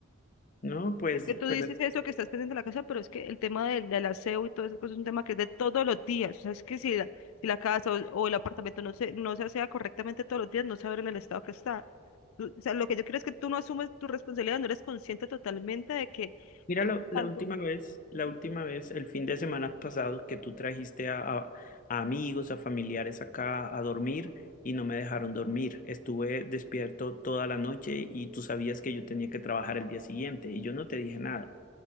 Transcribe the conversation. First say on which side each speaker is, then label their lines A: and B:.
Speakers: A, on the left; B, on the left.
A: No, pues,
B: Es que tú
A: pero
B: dices eso que estás pendiente de la casa, pero es que el tema del, del aseo y todo eso pues, es un tema que es de todos los días. O sea, es que si la, si la casa o, o el apartamento no se, no se asea correctamente todos los días, no se abre en el estado que está. Tú- o sea, lo que yo creo es que tú no asumes tu responsabilidad, no eres consciente totalmente de que
A: Mira,
B: es
A: la, la
B: algo.
A: última vez, la última vez, el fin de semana pasado, que tú trajiste a, a- a amigos, a familiares acá a dormir y no me dejaron dormir. Estuve despierto toda la noche y tú sabías que yo tenía que trabajar el día siguiente y yo no te dije nada